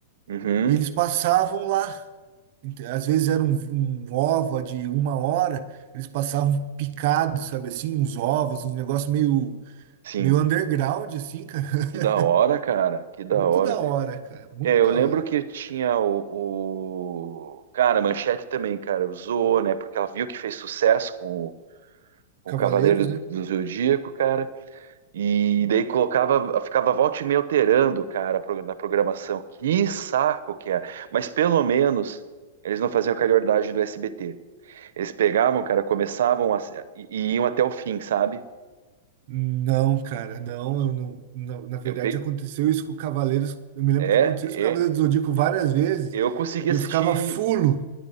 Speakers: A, on the right; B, on the right.
A: Uhum.
B: e eles passavam lá. Ent- Às vezes era um, um ova de uma hora, eles passavam picados, sabe assim, uns ovos, uns negócios meio,
A: Sim.
B: meio underground, assim, cara. <laughs>
A: Que da hora, cara. Que da
B: Muito
A: hora.
B: da hora, cara, muito
A: É, eu
B: da
A: lembro
B: hora.
A: que tinha o, o... Cara, a Manchete também, cara, usou, né? Porque ela viu que fez sucesso com o, com
B: Cavaleiros,
A: o Cavaleiro
B: né?
A: do Zodíaco, cara. E daí colocava, ficava volta e meia alterando, cara, a pro- na programação. Que saco que é. Mas pelo menos eles não faziam a calhordagem do SBT. Eles pegavam, cara, começavam a- e, e iam até o fim, sabe?
B: Não, cara, não, eu não, não. Na verdade,
A: Eu pe...
B: aconteceu isso com o Cavaleiros. Eu me lembro
A: É,
B: que aconteceu
A: é,
B: isso com o Cavaleiros do Zodíaco várias vezes.
A: Eu consegui
B: e
A: assistir,
B: Eu ficava fulo